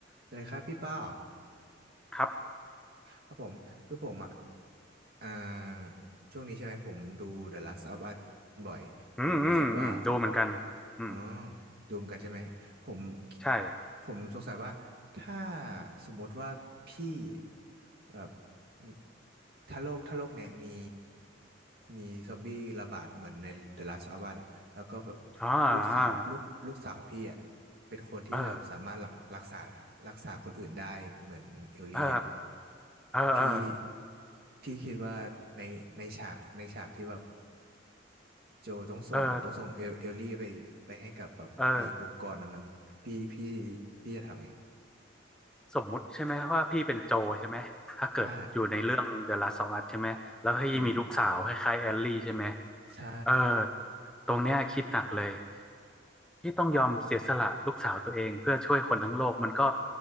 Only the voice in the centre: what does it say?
ครับ
อืมอืมอืมดูเหมือนกันอืม
ใช่
อ่าอ่า
เออ
เออเออเออ
เออเออ
สมมุติใช่ไหมว่าพี่เป็นโจใช่ไหมถ้าเกิดอยู่ในเรื่อง
The Last of Us ใช่ไหมแล้วพี่มีลูกสาวคล้ายๆแอลลี่ใช่ไหม
เออตรงเนี้ยคิดหนักเลยที่ต้องยอมเสียสละลูกสาวตัวเองเพื่อช่วยคนทั้งโลกมันก็